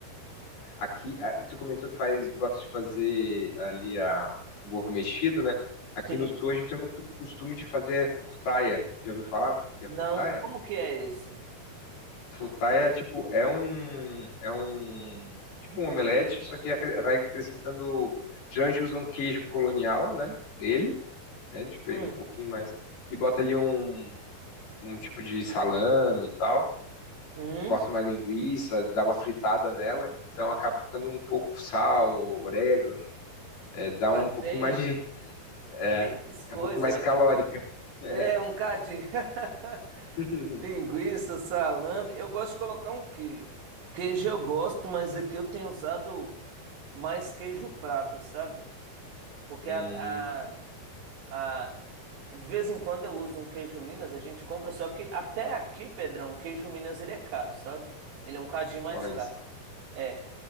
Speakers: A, on the left (about 65°); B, on the right (about 85°).
A: Aqui, a- tu comentou que faz, gosta de fazer ali a, o ovo mexido, né? Aqui
B: Sim.
A: no sul a gente tem muito costume de fazer furtaia. Já ouviu falar o que que
B: Não,
A: é furtaia?
B: como que é esse?
A: Futai é tipo, é um, é um, tipo um omelete, só que acre- vai acrescentando, geralmente usa um queijo colonial, né, nele, né, difer-
B: Hum.
A: um pouquinho mais, e bota ali um, um tipo de salame e tal,
B: Hum?
A: corta uma linguiça, dá uma fritada nela, então acaba ficando um pouco sal, orégano, é, dá
B: Olha,
A: um pouquinho
B: bem,
A: mais de, é,
B: bem mais coisa.
A: é um pouquinho mais
B: olha.
A: calórica. <laughs> É.
B: É um cadinho. <laughs>
A: <laughs>
B: Linguiça, salame. Eu gosto de colocar um queijo. Queijo eu gosto, mas aqui eu tenho usado mais queijo prata, sabe? Porque
A: Hum,
B: a, a- Ah, de vez em quando eu uso um queijo Minas, a gente compra, só que até aqui, Pedrão, queijo Minas ele é caro, sabe? Ele é um cadinho mais
A: olha
B: caro.
A: só.
B: É.